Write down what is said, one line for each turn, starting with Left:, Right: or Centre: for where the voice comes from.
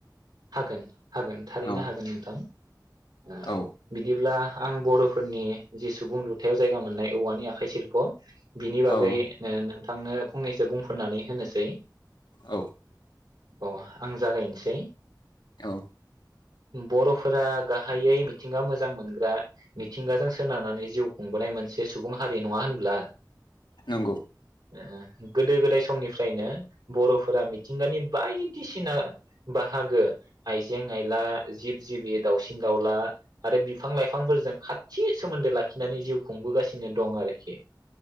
Right: हागोन हागोन थारैनो
Left: औ
Right: हागोन नोंथां। ओ
Left: औ
Right: बिदिब्ला आं बर'फोरनि जि सुबुं लुथायाव जायगा मोननाय औवानि आखाइ सिल्प' बिनि बागै
Left: औ
Right: ओ नोंथां नोंथांनो फंनैसो बुंफोरनानै होनोसै।
Left: औ।
Right: अ आं जागायनोसै।
Left: औ।
Right: बर'फोरा गाहायै मिथिंगा मोजां मोनग्रा मिथिंगाजों सोनारनानै जिउ खुंबोनाय मो से सुबुं हारि नङा होनब्ला।
Left: नंगौ
Right: ओ ओ गोदो-गोदाय समनिफ्रायनो बर'फोरा मिथिंगानि बायदिसिना बा हागो आइजें-आइला, जिब जिबि, दाउसिन-दाउला आरो बिफां-लाइफांफोरजों खाथि सोमोन्दो लाखि नानै जिउ खुंबोगासिनो दं आरोखि